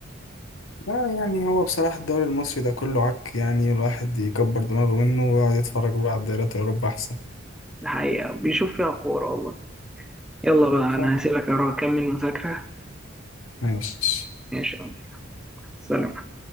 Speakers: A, on the left; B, in the centre.
A: لا يعني هو بصراحة الدوري المصري ده كله عك يعني الواحد يكبر دماغه منه ويقعد يتفرج بقى على الدوريات الاوروبا احسن
B: الحقيقة بيشوف فيها كورة والله يلا بقى أنا
A: ف-
B: هسيبك أروح أكمل مذاكرة
A: ماشي
B: ماشي يا عمر. سلام